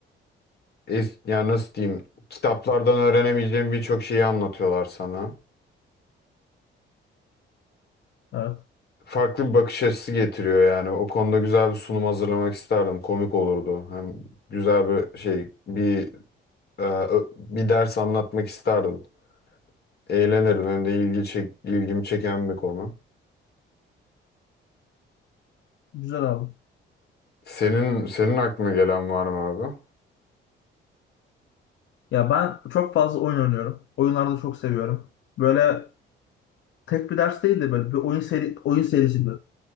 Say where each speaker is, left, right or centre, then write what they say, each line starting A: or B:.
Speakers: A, on the left; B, on the left.
A: es- yani nasıl diyeyim kitaplardan öğrenemeyeceğin birçok şeyi anlatıyorlar sana.
B: Evet.
A: Farklı bir bakış açısı getiriyor yani. O konuda güzel bir sunum hazırlamak isterdim. Komik olurdu. Hem güzel bir şey bir e, ö- bir ders anlatmak isterdim. Eğlenirdim. Hem de ilgi çek, ilgimi çeken bir konu.
B: Güzel abi.
A: Senin senin aklına gelen var mı abi?
B: Ya ben çok fazla oyun oynuyorum. Oyunlarda çok seviyorum. Böyle tek bir ders değil de böyle bir oyun seri oyun serisi gibi.